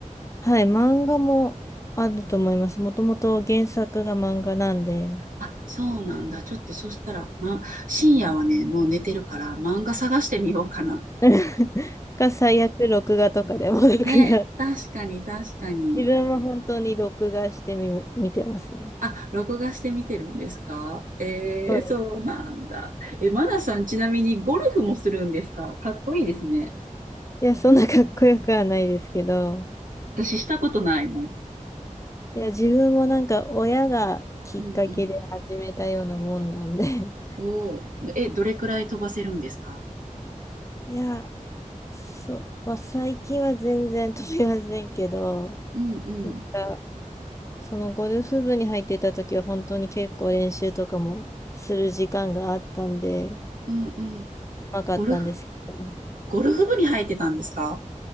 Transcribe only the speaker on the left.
はい、漫画もあると思います。もともと原作が漫画なんで、
<laughs> が最悪録画とかでも録画。
自分は本当に録画してみ、見てますね。
そう
いや、そんなかっこよくはないですけど、
いや、自分もなんか親がきっかけで始めたようなもんなんで、
<laughs>
いや、そう、まあ、最近は全然飛びませんけど、
なんか、そのゴルフ部に入ってた時は本当に結構練習とかもする時間があったんで、う
まかったんですけど、